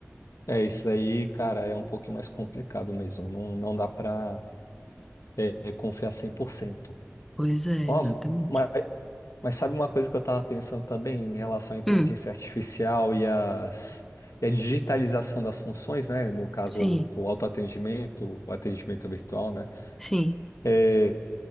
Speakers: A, on the left; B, in the centre.
A: É, isso aí, cara, é um pouquinho mais complicado mesmo. Não, não dá para é, confiar 100%.
B: Pois é,
A: Ó,
B: exatamente.
A: mas, mas sabe uma coisa que eu estava pensando também em relação à inteligência
B: Hum,
A: artificial e, as, e a digitalização das funções, né? No caso,
B: sim,
A: o autoatendimento, o atendimento virtual, né?
B: sim.
A: É,